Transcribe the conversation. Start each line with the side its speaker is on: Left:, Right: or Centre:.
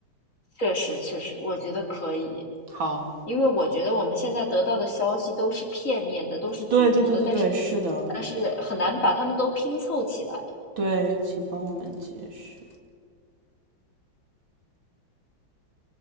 Left: 确实确实，我觉得可以。
Right: 好，
Left: 因为我觉得我们现在得到的消息都是片面的，都是局部的，
Right: 对对对对对，
Left: 但是
Right: 是的，
Left: 但是很难把它们都拼凑起来。
Right: 对，请帮我们解释。